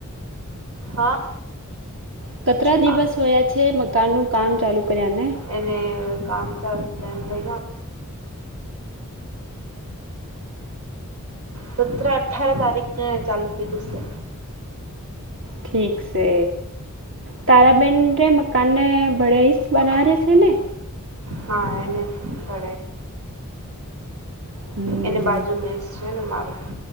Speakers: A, on the right (about 90°); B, on the right (about 60°).
A: હા
B: કેટલા દિવસ
A: હા
B: હોયા છે મકાન નું કામ ચાલુ કર્યાને
A: એને કામ ચાલ ટમ થ ગ સત અઠાર તારીખને ચાલુ કીધું છે
B: ઠીક છે તારાબેન ર મકાનને ભળેહસ બના રહે છે ને
A: હા એને ભઈ છે
B: હમ
A: એને બાજુ મેસ છે ને મારો